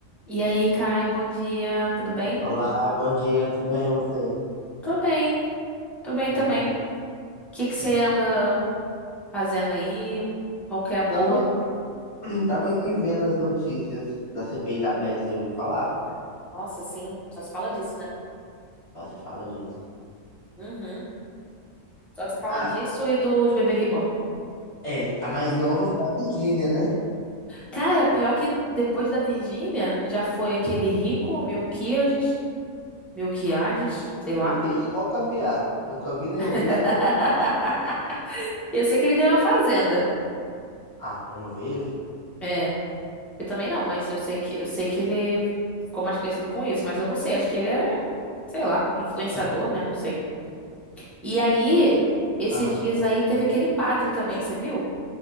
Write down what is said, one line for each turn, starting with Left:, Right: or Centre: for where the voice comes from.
Centre: E aí, Caio, bom dia, tudo bem?
Left: Olá, bom dia, tudo bem e você?
Centre: Tô bem, tô bem
Left: Hum.
Centre: também. O que que você anda fazendo aí? Qual que é a boa?
Left: Tava, <clears throat> tava aqui vendo as notícias da CPI da Beth, você ouviu falar?
Centre: Nossa, sim, só se fala disso, né?
Left: Só se fala disso.
Centre: Uhum. Só se fala
Left: Ah,
Centre: disso e dos bebê reborn.
Left: é. A mais nova foi a Virgínia, né?
Centre: Cara, pior que depois da Virgínia, já foi aquele rico Melquiades, Melquiades, sei lá.
Left: Esse aí é igual caviar. Nunca vi nem ouvi,
Centre: <laughs>
Left: eu só ouço falar.
Centre: Eu sei que ele ganhou a fazenda.
Left: Ah, eu não vejo?
Centre: É, eu também não, mas eu sei que eu sei que ele ficou mais conhecido com isso, mas eu não sei, acho que ele é, sei lá, influenciador, né? Não sei. E aí, esses
Left: Ah,
Centre: dias aí teve aquele padre também, você viu?